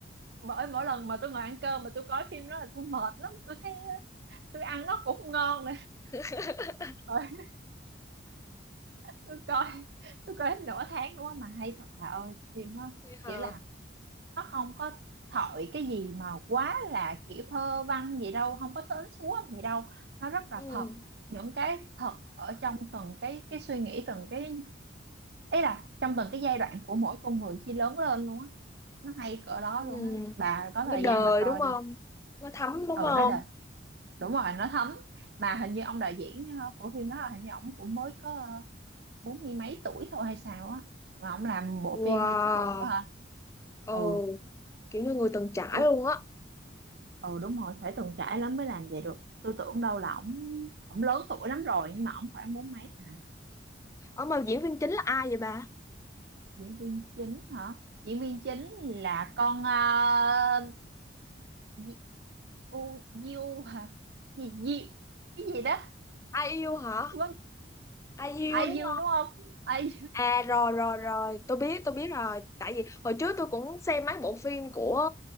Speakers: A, on the right; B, on the left.
A: bởi mỗi lần mà tôi ngồi ăn cơm mà tôi coi phim đó là tôi mệt lắm tôi thấy à, tôi ăn nó cũng không ngon
B: <laughs>
A: nữa tôi coi tôi coi hết nửa tháng đúng không mà hay thật bà ơi phim đó
B: Vậy hả
A: kiểu là nó không có thổi cái gì mà quá là kiểu thơ văn gì đâu không có sến súa gì đâu nó rất là
B: ừ
A: thật những cái thật ở trong từng cái cái suy nghĩ từng cái ý là trong từng cái giai đoạn của mỗi con người khi lớn lên luôn á nó hay cỡ đó
B: ừ
A: luôn á bà có
B: nó
A: thời
B: đời
A: gian bà coi
B: đúng không
A: đi
B: nó thấm đúng
A: ừ
B: không
A: nó đệt đúng rồi nó thấm mà hình như ông đạo diễn ờ, của phim đó là hình như ổng cũng mới có ờ, bốn mươi mấy tuổi thôi hay sao á mà ông làm bộ
B: wow
A: phim với chất lượng quá hả
B: ồ
A: ừ
B: kiểu như người từng trải
A: tôi
B: luôn á
A: ừ đúng rồi phải từng trải lắm mới làm vậy được tôi tưởng đâu là ổng ổng lớn tuổi lắm rồi nhưng mà ổng khoảng bốn mấy à
B: ở mà diễn viên chính là ai vậy bà
A: diễn viên chính hả diễn viên chính là con uh, Di- u Diu hả gì Diu cái gì đó
B: ai yêu hả
A: vâng
B: ai yêu
A: IU
B: đúng
A: đúng không ai
B: À rồi rồi rồi, tôi biết tôi biết rồi, tại vì hồi trước tôi cũng xem mấy bộ phim của